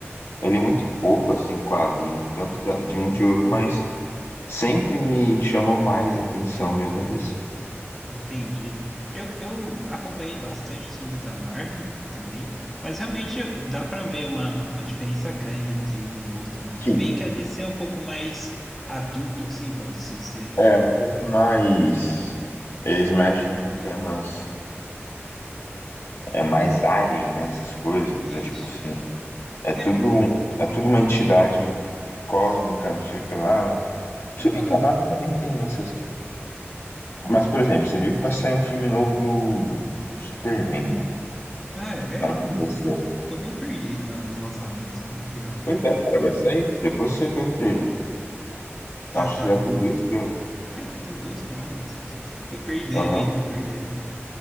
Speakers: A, on the left; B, in the centre.
A: eu li muito pouco, assim, quadrinho, tanto da- de um de outro, mas sempre me chamou mais atenção mesmo a DC.
B: entendi. Eu, eu acompanhei bastante os filmes da Marvel também, mas realmente eu- dá pra ver uma, uma diferença grande entre um e outro, né?
A: Sim.
B: Meio que a DC é um pouco mais adulto, assim, pode-se dizer.
A: É, um pouco mais. Eles mexem com temas é, é mais alien, né? Essas coisas.
B: Isso.
A: É tipo assim. É
B: É,
A: tudo, um- é tudo uma entidade cósmica, não sei o que lá, né? Se
B: aham.
A: bem que a Marvel também tem essas. Mas, por exemplo, você viu que vai sair um filme novo do Superman, né?
B: Ah, é,
A: Pra
B: eu
A: não acontecer.
B: não. Tô meio perdido na- nos lançamentos, não vi não.
A: Pois é, cara, vai sair. Depois você vê o trailer.
B: Tá,
A: Acho
B: tá.
A: que já tem dois trailers.
B: Ah, já tem dois, caramba. Tô, <laughs> tô perdendo
A: Aham.
B: aí, tô perdendo.